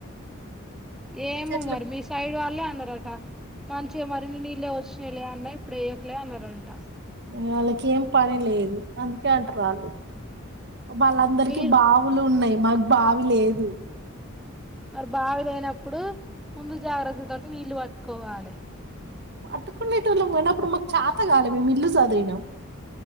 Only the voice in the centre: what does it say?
ఏమొ
మరి మీ సైడ్ వాళ్ళ, లే అన్నారట మంచిగా మరిన్ని నీళ్ళే వచ్చినలే అన్న ఇప్పుడు వేయకలే అన్నారంట,
మీరు
మరి బావిలేయినప్పుడు, ముందు జాగ్రత్తతోటి నీళ్ళు పట్టుకోవాలే